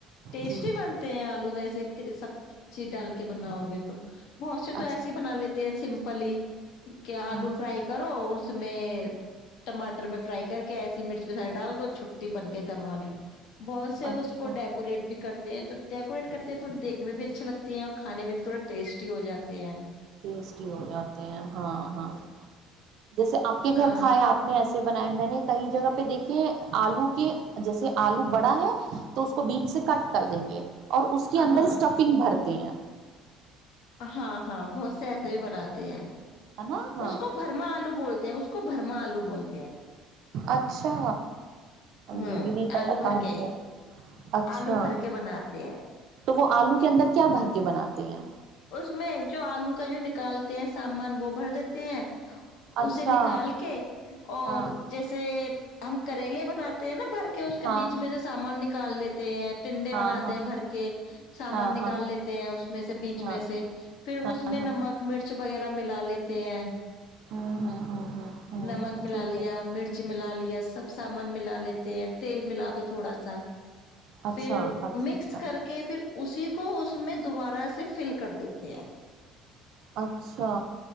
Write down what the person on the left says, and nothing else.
ٹیسٹی
ہی
بنتے ہیں آلو ویسے سب چیز ڈال کے ب نا ہوگے تو بہت سے
تو ایسے ہی بنا لیتے ت سمپلی کہ آلو
فرائی کرو اس میں ٹماٹر میں فرائی کر کے ایسی مرچ مسائی ڈال دو چھٹی بن گئے دم آلو بہت سے
اس کو ڈیکوریٹ بھی کرتے ہیں تو ڈیکوریٹ کرتے ہیں تھوڑے دیکھنے میں بھی اچھے لگتے ہیں اور کھانے میں بھی تھوڑے ٹیسٹی ہو جاتے ہیں
ہاں
ہاں
ہاں ہاں بہت سے ایسے بھی بناتے ہیں
اس کو برما آلو بولتے ہیں اس کو بھرما آلو بولتا
ہوں
آلو
بھر
کے
آلو بھر کے بناتے ہیں
اس میں جو آلو کا جو ن نکالتے ہیں سامان وہ بھر دیتے ہیں
اسے نکال کے اور
جیسے ہم کریلے بناتے تھ نا بھر کے اس کے
بیچ میں سے سامان نکال لیتے ت ٹنڈے
بناتے
ہیں بھر کے سامان
نکال
لیتے ہیں اس میں سے بیچ میں
سے پھر اس میں
نمک مرچ وغیرہ ملا لیتے ہیں
نمک ملا
لیا
مرچ ملا ل سب سامان ملا لیتے ہیں تیل ملا تو تھوڑا سا
پھر
مکس
کر کے پھر اسی کو اس میں دوبارہ سے فل کر دیتے ہیں